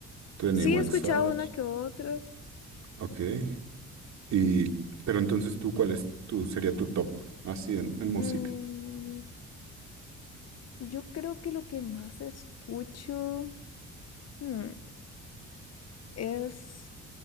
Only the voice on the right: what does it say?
Twenty
One
Savage,
ok. Y, pero entonces tú, ¿cuál es tu, sería tu top así en, en música?